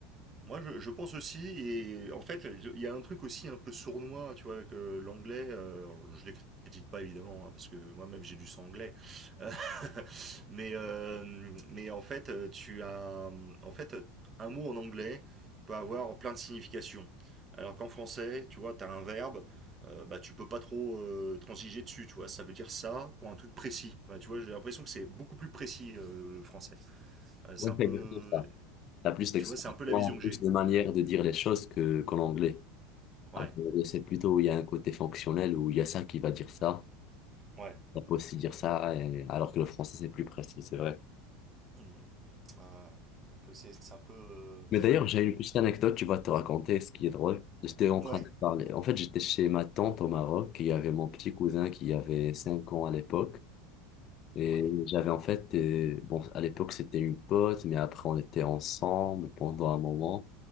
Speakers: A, on the right; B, on the left.
A: Moi, je, je pense aussi, et en fait, il y a un truc aussi un peu sournois, tu vois, avec euh, l'anglais. euh, alors, je les critique pas évidemment, hein, parce que moi-même j'ai du sang anglais. Euh, <laughs> mais, euh, mais en fait, euh, tu as, en fait, un mot en anglais peut avoir plein de significations. Alors qu'en français, tu vois, tu as un verbe, euh, bah tu peux pas trop euh, transiger dessus, tu vois. Ça veut dire ça pour un truc précis. Enfin, tu vois, j'ai l'impression que c'est beaucoup plus précis euh, le français. Euh, c'est
B: ouais,
A: un peu,
B: c'est exactement ça. T'as plus d'expression,
A: tu vois, c'est un peu la vision que j'ai.
B: plus de manières
A: Ouais.
B: de dire les choses que qu'en anglais.
A: Ouais.
B: Alors, que l'anglais, c'est plutôt, où il y a un côté fonctionnel où il y a ça qui va dire ça.
A: Mm. Ouais.
B: On peut aussi dire ça, et- alors que le français, c'est plus précis, c'est vrai.
A: Mhm. Ouais. Donc euh, c'est c'est un peu. euh,
B: Mais d'ailleurs, j'ai une petite anecdote, tu vas te raconter ce qui est drôle. J'étais en train
A: Ouais.
B: de parler. En fait, j'étais chez ma tante au Maroc, et il y avait mon petit cousin qui avait 5 ans à l'époque. Et
A: Ouais.
B: j'avais en fait, euh, bon, à l'époque, c'était une pote, mais après, on était ensemble pendant un moment.